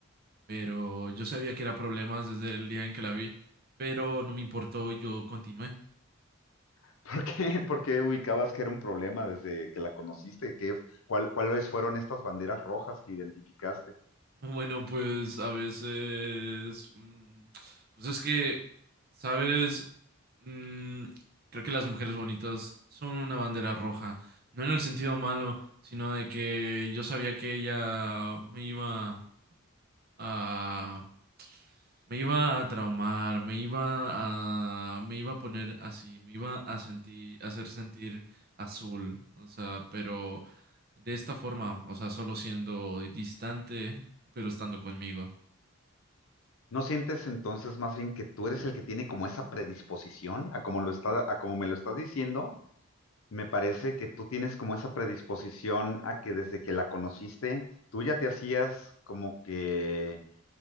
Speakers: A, on the right; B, on the left.
A: pero yo sabía que era problemas desde el día en que la vi, pero no me importó y yo continué.
B: <laughs> ¿Por qué, por qué ubicabas que era un problema desde que la conociste? ¿Qué, cuál, cuáles fueron estas banderas rojas que identificaste?
A: Bueno, pues a veces, mm, pues es que, ¿sabes? Mm, creo que las mujeres bonitas son una bandera roja, no en el sentido malo, sino de que yo sabía que ella me iba a, me iba a traumar, me iba a, me iba a poner así, me iba a sentir, a hacer sentir azul, o sea, pero de esta forma, o sea, solo siendo distante, pero estando conmigo.
B: ¿No sientes entonces más bien que tú eres el que tiene como esa predisposición a como lo está, a como me lo estás diciendo? Me parece que tú tienes como esa predisposición a que desde que la conociste, tú ya te hacías como que